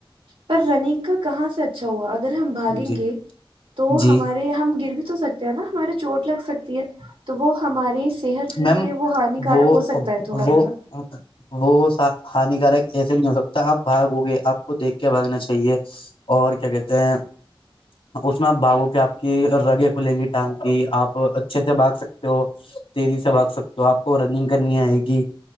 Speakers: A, on the right (about 80°); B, on the left (about 80°).
A: پر رننگ کا کہاں سے اچھا ہوا اگر ہم بھاگیں
B: جی
A: گے تو
B: جی
A: ہمارے ہم گر بھی تو سکتے ہیں نا ہمارے چوٹ لگ سکتی ہے تو وہ ہماری صحت کے
B: میم
A: لیے وہ ہانیکارک
B: وہ
A: ہو سکتا ہے تھوڑا
B: وہ
A: ذرا
B: وہ سا ہانیکارک ایسے نہیں ہو سکتا آپ بھاگو گئے آپ کو دیکھ کے بھگنا چاہیے کہیے اور کیا کہتے ہیں اس میں آپ بھاگو کے آپ کی رگے کھلیں گی ٹانک کی آپ اور اچھے سے باگ سکتے ہو تیزی سے بھاگ سکتے ہو آپ کو رننگ کرنی آئے گی